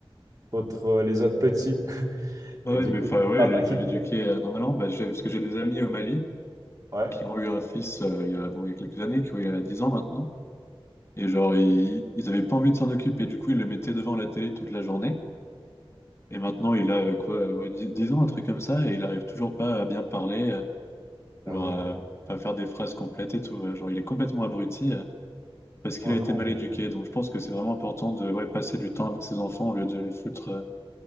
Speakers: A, on the right; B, on the left.
A: contre euh, les autres petits. <laughs>
B: ouais,
A: Et
B: ouais,
A: du
B: mais
A: coup,
B: enfin,
A: il y a
B: ouais,
A: papa
B: il
A: qui
B: faut l'éduquer
A: joue.
B: euh, normalement. Bah, j'ai- parce que j'ai des amis au Mali
A: Ouais.
B: qui ont eu un fils euh, il y a, bon, il y a quelques années, qui ont eu euh, 10 ans maintenant. Et genre, ils, ils avaient pas envie de s'en occuper. Du coup, ils le mettaient devant la télé toute la journée. Et maintenant, il a euh, quoi, euh, ouais, dix- 10 ans, un truc comme ça, et il arrive toujours pas à bien parler, euh,
A: Oh
B: genre
A: non.
B: à, à faire des phrases complètes et tout. euh, Genre, il est complètement abruti euh, parce qu'il
A: Oh
B: a
A: non.
B: été mal éduqué. Donc, je pense que c'est vraiment important de ouais, passer du temps avec ses enfants au lieu de les foutre euh,